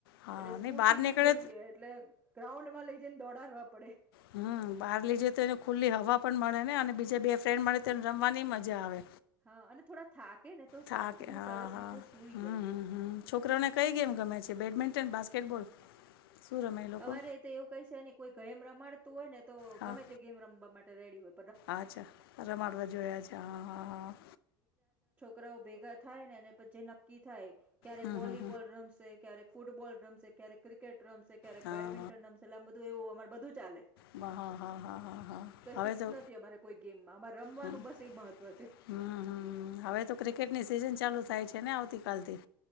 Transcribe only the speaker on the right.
એટલે સ્ફૂર્તિ
બી
જોઈએ. ગ્રાઉન્ડ માં લઈ જઈને દોરાડવા પડે.
હા અને થોડા થાકે ને તો
શાંતિથી
સરસ
રીતે સૂઈ
જાય
અમારે તો એવું કઈ છે ને કોઈ ગેમ રમાડ તો હો ને તો
ગમે તે ગેમ રમવા માટ રેડી હો
કરાઓ ભેગા થાય ને એને પછી નક્કી થાય. ક્યારેક
વોલીબોલ
રમશે ક્યારેક ફૂટબોલ રમશે, ક્યારેક ક્રિકેટ રમશે. ક્યારેક
બેડમિન્ટન રમશે એટલે આમ એવ બધું અમાર બધું ચાલ
ફિક્સ
નથી અમારે કોઈ ગેમમાં અમારે રમવાનું
બસ એ મહત્વ છે